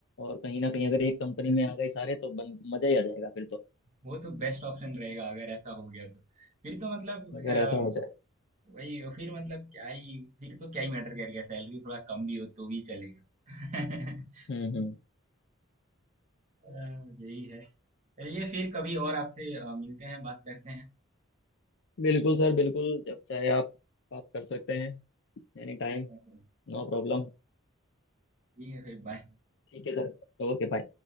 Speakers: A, on the left (about 60°); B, on the right (about 35°).
A: और कहीं ना कहीं अगर एक कंपनी में आ गए सारे तो बन, मजा ही आ जाएगा फिर तो
B: वो तो बेस्ट ऑप्शन रहेगा अगर ऐसा हो गया तो फिर तो मतलब
A: अगर ऐसा हो जाए
B: वही और फिर मतलब क्या ही फिर तो क्या ही मैटर करेगा सैलरी थोड़ा कम भी हो तो भी चलेगा <laughs>
A: हम्म हम्म
B: अह, यही है चलिए फिर कभी और आपसे अह, मिलते हैं बात करते हैं
A: बिल्कुल सर बिल्कुल जब चाहे आप बात कर सकते हैं Any time
B: Okay.
A: No problem
B: ठीक है फिर बाय
A: ठीक है सर ओके